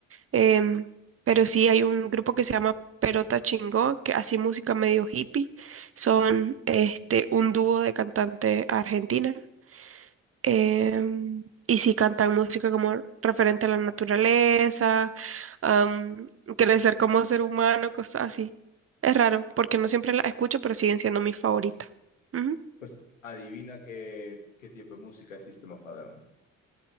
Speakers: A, on the right (about 35°); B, on the left (about 85°).
A: Em, pero sí, hay un grupo que se llama Perota Chingó, que hace música medio hippie. Son este, un dúo de cantante argentina. Em, y sí cantan música como referente a la naturaleza, am, crecer como ser humano, cosas así. Es raro, porque no siempre la escucho, pero siguen siendo mi favorita Ujú,
B: Pues adivina qué, qué tipo de música es System of a Down.